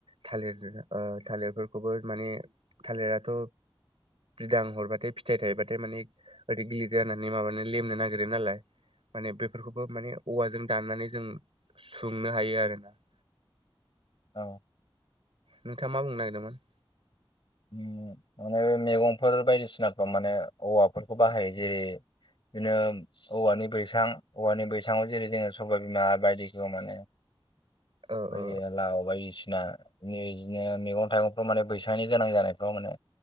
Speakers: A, on the right; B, on the left.
A: थालिर ओ थालिरफोरखौबो माने थालिराथ' बिदां हरबाथाय फिथाइ थायोबाथाय माने ओरै गिलिर जानानै माबानानै लेमनो नागिरो नालाय माने बेफोरखौबो माने औवाजों दाननानै जों सुंनो हायो आरो ना ।
B: औ ।
A: नोंथाङा मा बुंनो नागिरदोंमोन?
B: ओम माने बे मैगंफोर बायदिसिना माने औवाफोरखौ बाहायो जेरै बिदिनो औवानि बैसां औवानि बैसाङाव जेरै जोङो सइबा बिमा बायदिखौ मोनो ।
A: औ
B: फैयो
A: औ
B: लाव बायदिसिना बिदिनो मैगं थाइगंफोर माने बैसांनि गोनां जानायफ्राव मोनो